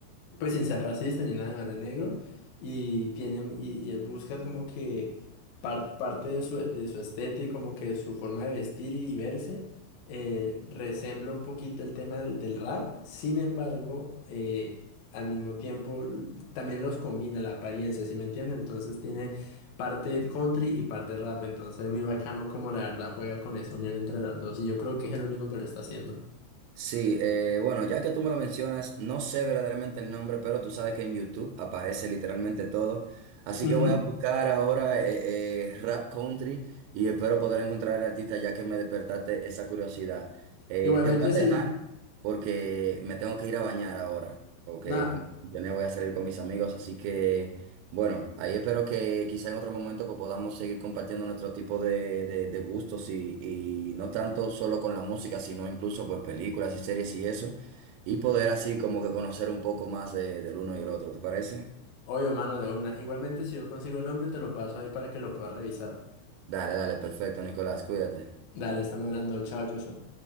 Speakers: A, on the left; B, on the right.
A: pues sin ser racista ni nada, el man es negro y tiene, y, y él busca como que par- parte de su, de su estética, como que su forma de vestir y, y verse, eh, resembla un poquito el tema del, del rap, sin embargo, eh, al mismo tiempo l- también los combina la apariencia, ¿sí me entiende? Entonces tiene parte country y parte rap, entonces es muy bacano como la verdad juega con esa unión entre las dos y yo creo que es el único que lo está haciendo.
B: Sí, eh, bueno, ya que tú me lo mencionas, no sé verdaderamente el nombre, pero tú sabes que en YouTube aparece literalmente todo. Así
A: Ujú.
B: que voy a buscar ahora eh, eh, Rap Country y espero poder encontrar el artista ya que me despertaste esa curiosidad. Eh,
A: Igualmente,
B: te voy a
A: si,
B: dejar porque me tengo que ir a bañar ahora, porque
A: Nada,
B: como mencioné voy a salir con mis amigos, así que bueno, ahí espero que quizá en otro momento pues, podamos seguir compartiendo nuestro tipo de, de- de gustos y, y no tanto solo con la música, sino incluso pues películas y series y eso, y poder así como que conocer un poco más de- del uno y el otro, ¿te parece?
A: obvio, mano, de una. Igualmente, si yo consigo el nombre, te lo paso ahí para que lo puedas revisar.
B: Dale, dale, perfecto, Nicolás, cuídate.
A: Dale, estamos hablando. Chao, Joshua.